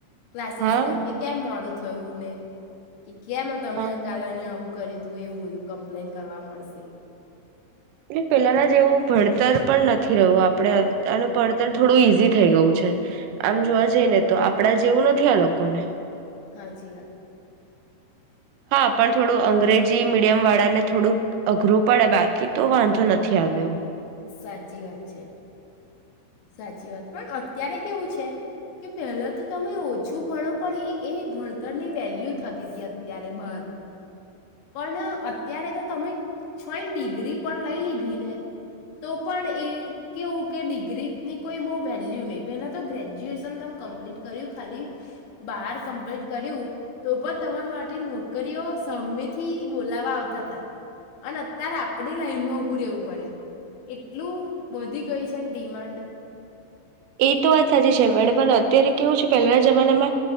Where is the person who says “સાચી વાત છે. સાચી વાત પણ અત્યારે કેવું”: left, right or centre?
Left